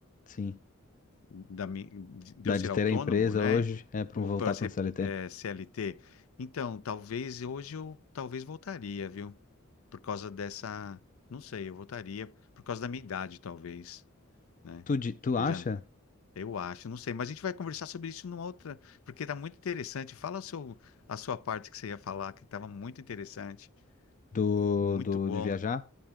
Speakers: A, on the left (about 40°); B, on the left (about 85°).
A: sim.
B: da mi- de
A: Dá
B: eu ser
A: de ter
B: autônomo,
A: a empresa
B: né?
A: hoje, é pra
B: Ou
A: um- voltar
B: para ser
A: pra um CLT.
B: é, CLT. Então, talvez hoje eu talvez voltaria, viu? Por causa dessa, não sei, eu voltaria por causa da minha idade, talvez, né?
A: Tu, di- tu
B: Eu
A: acha?
B: já, eu acho, não sei, mas a gente vai conversar sobre isso numa outra, porque tá muito interessante. Fala o seu, a sua parte que você ia falar, que estava muito interessante,
A: do,
B: muito
A: do,
B: bom.
A: de viajar.